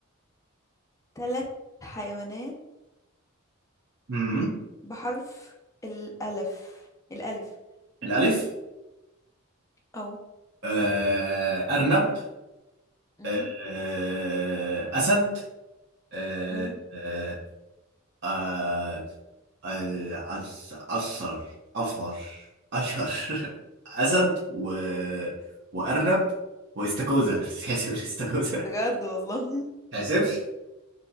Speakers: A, on the left; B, on the right.
A: تلات حيوانات
B: امم
A: بحرف الألف الألف
B: الالف
A: أو
B: آه ارنب
A: أم،
B: آه آه، اسد آه
A: أم.
B: آه آه، آه، أس- أثر أفر أشهر <laughs> أسد و... وأرنب واستاكوزا <laughs> تتحسب الاستاكوزا
A: بجد والله <laughs>
B: تحسبش